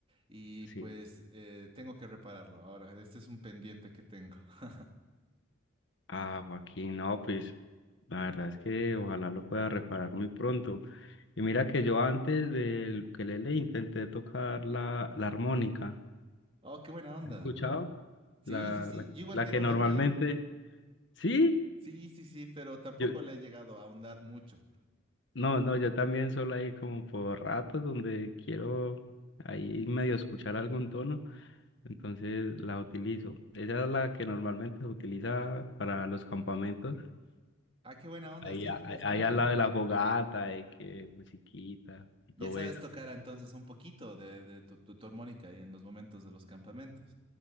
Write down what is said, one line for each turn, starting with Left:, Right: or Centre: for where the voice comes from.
Right: Y
Left: Sí.
Right: pues eh, tengo que repararlo ahora. Este es un pendiente que tengo. <laughs>
Left: Ah, Joaquín, no, pues la verdad es que ojalá lo pueda reparar muy pronto. Y mira que yo antes del ukelele intenté tocar la, la armónica.
Right: Oh, qué buena onda.
Left: ¿Has escuchado?
Right: Sí,
Left: La,
Right: sí, sí,
Left: la,
Right: yo igual
Left: la
Right: tengo
Left: que normalmente...
Right: la mía.
Left: Sí,
Right: Sí, sí, sí, pero tampoco
Left: yo,
Right: le he llegado a ahondar mucho.
Left: No, no, yo también solo ahí como por ratos donde quiero ahí medio escuchar algún tono, entonces la utilizo. Esa es la que normalmente se utiliza para los campamentos,
Right: Ah, qué buena onda,
Left: ahí,
Right: sí,
Left: a-
Right: que pues
Left: ahí, ahí
Right: claro.
Left: al lado de la fogata y que musiquita y todo
Right: Ya sabes
Left: eso.
Right: tocar entonces un poquito de, de tu, tu- tu armónica y en los momentos de los campamentos.